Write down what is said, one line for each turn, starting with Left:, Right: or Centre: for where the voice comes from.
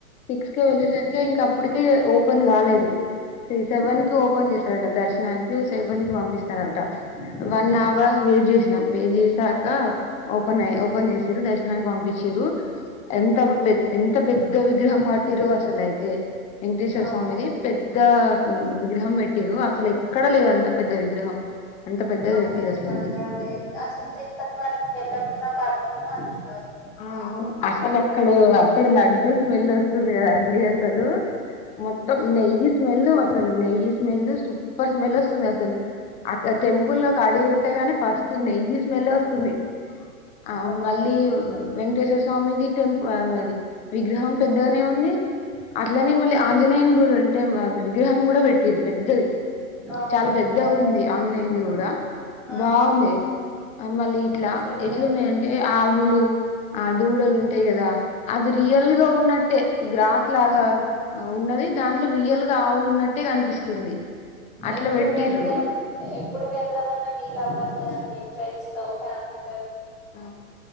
Left: సిక్స్ కె వెళ్ళెసరికి ఇంక అప్పుడికి పని గాలేదు త్రి సెవెన్ కి ఓపెన్ చేస్త ఏమైన దర్శనానికి సేవ న్కి పంపిస్తంది చేస్తరంట
Centre: ఉమ్
Left: వన్ అవర్ వెయిట్ చే నాక్ వేడి చేసాక ఓపెన్ అయ్య ఓపెన్ చేసిరు దర్శనానికి పంపించురు ఎంత పె ఎంత పెద్ద విగ్రహం కట్టిరు అసలయితే వెంకటేశ్వర
Centre: అవును
Left: స్వామిది పెద్ద ఉమ్ విగ్రహం పెట్టిరు అసలు ఎక్ ఎక్కడ లేదు అంత పెద్ద విగ్రహం పెద్దది
Centre: అవునండి
Left: పెట్టిరు అసలు
Centre: అద అదే అసలు తిరుపతి వరకు వెళ్ళకుండా మ పర్లేదు అంటున్నారు
Left: ఆ అవు అసలు అక్కడ అక్కడ లడ్డుూ స్మెల్ వస్తుంది కదాండి అసలు మొత్తం నెయ్యి స్మెల్ అసలు నెయ్యి స్మెల్ సూప్పర్ స్మెల్ వస్తుంది అసలు అక్కడ టెంపుల్ లో ఒక అడుగు పెట్టేగాని ఫస్ట్ నెయ్యి స్మెల్ వస్తుంది ఆ మళ్ళీ విజయ స్వామిది టెంపులా మది విగ్రహం పెద్దగానే ఉంది అట్లనే మళ్ళి ఆంజనేయ గు ఎలా అంటే విగ్రహం కూడా పెట్టిరు పెద్దది
Centre: అవునా
Left: చాలా పెద్ద ఉంది ఆంజనేయుది కూడా
Centre: ఆహా
Left: బాగుంది మళ్ళీ ఇట్లా
Centre: అసలు
Left: ఎట్లున్నాయంటే ఆ పూలు ఆ దూడలు ఉంటయి కదా అవి రియల్ గా ఉన్నట్టే గ్రాస్ లాగ ఉన్నది దాంట్లో రియల్గా ఆవులు ఉన్నట్టే కనిపిస్తుంది అట్లా
Centre: ఎప్పుడు
Left: పెట్టిర్రు
Centre: వెళ్దాం ఏప్ ఇప్పుడు వెళ్దామన్నన వీళ అవ్వ పదండి ఫ్రెండ్స్ తో ఫ్యామిలీ తో
Left: హా